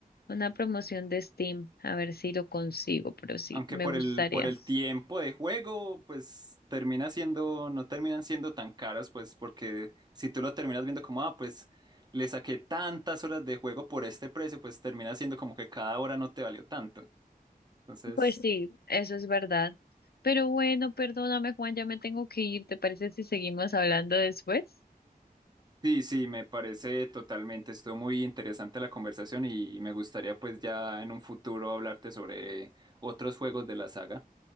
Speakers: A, on the left; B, on the right.
A: una promoción de Steam, a ver si lo consigo, pero sí,
B: Aunque
A: me
B: por
A: gustaría.
B: el, por el tiempo de juego, pues termina siendo, no terminan siendo tan caros, pues porque si tú lo terminas viendo como, ah, pues le saqué tantas horas de juego por este precio, pues termina siendo como que cada hora no te valió tanto. Entonces,
A: Pues sí, eso es verdad. Pero bueno, perdóname, Juan, ya me tengo que ir. ¿Te parece si seguimos hablando después?
B: sí, sí, me parece totalmente, estuvo muy interesante la conversación y me gustaría pues ya en un futuro hablarte sobre otros juegos de la saga.